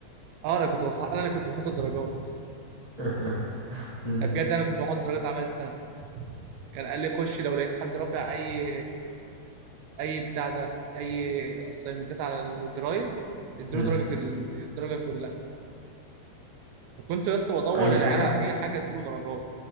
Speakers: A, on the right; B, on the left.
A: اه انا كنت بصحح انا اللي كنت بحط الدرجات
B: <laughs> مم.
A: ده بجد انا كنت بحط درجات اعمال السنة كان قال لي خش لو لقيت حد رافع اي اي بتاع ده اي اسايمنتات على الدرايف اديله
B: مم.
A: درجة ال- الدرجة كلها كنت يا اسطى بدور
B: أي
A: للعيال
B: حاجة
A: على اي حاجه اديله درجات